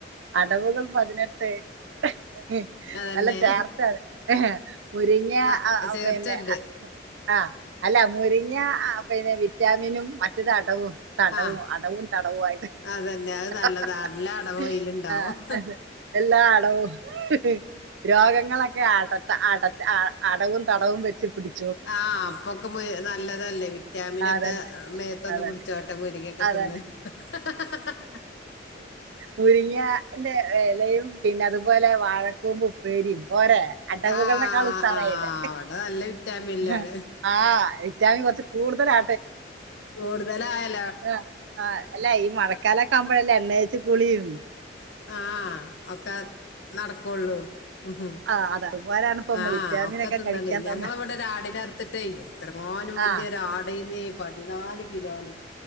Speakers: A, on the right; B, on the left.
A: അടവുകൾ പതിനെട്ട്. <unintelligible> ഉം
B: അതന്നെ
A: നല്ല <unintelligible> മുരിങ്ങി ആ
B: ആഹ് ചേർച്ചണ്ട്
A: പിന്നെ <unintelligible> ആഹ അല്ല മുരിങ്ങ ആഹ പിന്നെ വിറ്റാമിനും മറ്റത് അടവും. തടവും
B: ആഹ്
A: അടവും തടവും ആയിട്ട്
B: അതന്നെ അത്
A: <unintelligible>
B: നല്ലതാ നല്ല അടവ് അയിലുണ്ടാവും
A: ആഹ എല്ലാ അടവും. ഹ് ഹ് രോഗങ്ങളൊക്കെ <unintelligible> അടവും തടവും വെച്ച് <unintelligible>
B: ആഹ <unintelligible> നല്ലതല്ലേ <inaudible> വിറ്റാമിനൊക്കെ
A: അതന്നെ
B: മേത്തൊന്ന്
A: അതന്നെ
B: മുടിച്ചോട്ടെ മുരിങ്ങയൊക്കെ
A: അതന്നെ
B: തിന്ന് ഹഹഹ
A: മുരിങ്ങാന്റെ ഇലയും പിന്നെ അതുപോലെ വാഴകൂമ്പ് ഉപ്പേരിയും. പോരെ അടവുകൾനേക്കാൾ
B: ആഹ്
A: ഉസാറായിലെ
B: ആഹ് അവിടെ നല്ല വിറ്റാമിനിലാണ്
A: ഹ <inaudible> ആ വിറ്റാമിൻ കൊർച് കൂടുതലാ
B: കൂടുതലായാൽ
A: ആ് ആ അല്ല ഈ മഴക്കാലൊക്കമ്പഴല്ലേ എണ്ണേച് കുളീം
B: ആഹ് ഒക്കെ നടക്കൊള്ളൂ മ്മ്ഹ്
A: ആ അത് അതുപോലാണ് ഇപ്പൊ നമ്മള്
B: ആഹ്
A: വിറ്റാമിൻ
B: ഒക്കെ തിന്നണെയ്
A: കഴിക്കാൻ
B: ഞങ്ങളവിടെരാടിനറുത്തിട്ടേയ്
A: തുടങ്ങ
B: എത്രങ്ങാനും വല്യരാട്
A: ആ
B: <unintelligible> പതിനാല് കിലോന്